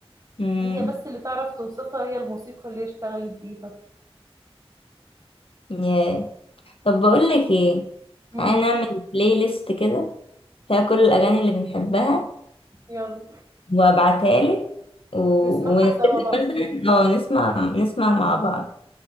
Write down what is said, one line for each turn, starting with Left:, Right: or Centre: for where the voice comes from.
Left: مم.
Right: هي بس اللي تعرف توصفها هي الموسيقى اللي هي اشتغلت بيها
Left: ياه طب بقولك ايه
Right: امم
Left: تعالى نعمل بلاي ليست كده فيها كل الأغاني اللي بنحبها
Right: يلا
Left: وأبعتها لك و...
Right: نسمعها
Left: ونتفق
Right: سوا بقى
Left: مثلا اه نسمع نسمع مع بعض